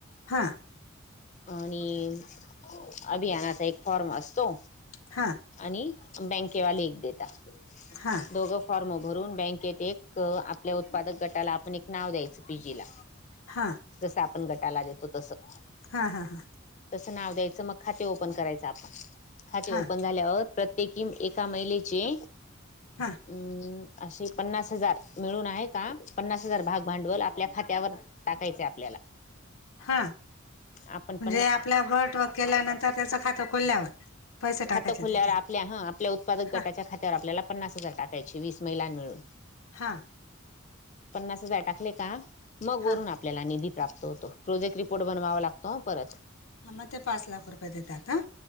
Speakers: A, on the left; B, on the left.
A: हां!
B: नियम अभियानाचा एक फॉर्म असतो.
A: हा!
B: आणि बँकेवाले एक देता.
A: हा!
B: दोघं फॉर्म भरून बँकेत एक आपल्या उत्पादक गटाला आपण एक नाव द्यायचं पी जी ला.
A: हां!
B: जसं आपण गटाला देतो तसं.
A: हा हा हा!
B: तसं नाव द्यायचं मग खाते ओपन करायचं, आपण खाते
A: हा
B: ओपन झाल्यावर प्रत्येकी मं एका महिलेचे
A: हा!
B: अम अशे पन्नास हजार मिळून आहे का, पन्नास हजार भाग भांडवल आपल्या खात त्यावर टाकायचे आपल्याला
A: हा
B: आपण
A: म्हणजे
B: त्या
A: आपल्या गट व केल्यानंतर त्याचं खातं खोलल्यावर. पैसे टाकायचे
B: खातं खोलल्यावर
A: त्याच्यात
B: आपल्या ह आपल्या उत्पादक
A: हा
B: गटाच्या खात्यावर आपल्याला पन्नास हजार टाकायचे वीस महिलांन मिळून.
A: हां!
B: पन्नास हजार टाकले का, मग
A: हा
B: वरून आपल्याला निधी प्राप्त होतो प्रोजेक्ट री पोर्ट बनवावं लागतो अ परत.
A: म ते पाच लाख रुपये देतात हं!